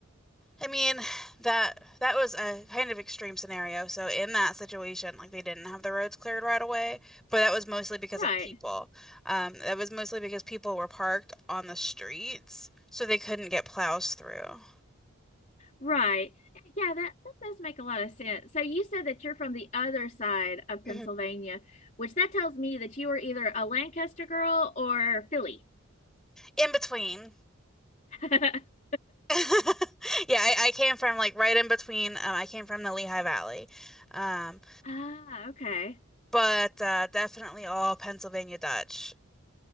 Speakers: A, in the centre; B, on the left.
A: I mean, that that was a kind of extreme scenario. So in that situation, like they didn't have the roads cleared right away, but that was mostly because
B: Right.
A: of people. Um, that was mostly because people were parked on the streets, so they couldn't get plows through.
B: Right. Yeah, that that does make a lot of sense. So you said that you're from the other side of
A: Mhm.
B: Pennsylvania, which that tells me that you are either a Lancaster girl or Philly.
A: In between.
B: <laughs>
A: <laughs> Yeah, I, I came from like right in between. Um, I came from the Lehigh Valley. Um,
B: Ah, okay.
A: but uh, definitely all Pennsylvania Dutch.